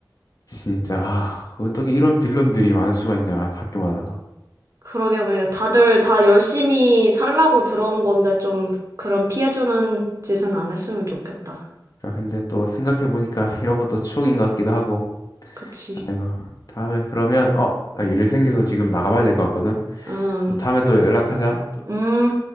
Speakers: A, on the left; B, on the right.
A: 진짜, 아, 어떻게 이런 빌런들이 많을 수가 있냐, 학교마다.
B: 그러게 말이야 다들 다 열심히 살라고 들어온 건데 좀 그런 피해주는 짓은 안 했으면 좋겠다.
A: 아, 근데 또 생각해보니까 이런 것도 추억인 것 같기도 하고.
B: 같이
A: 아이고. 다음에 그러면, 어, 나 일이 생겨서 지금 나가봐야 될 것 같거든.
B: 음,
A: 또 다음에 또 연락하자.
B: 음.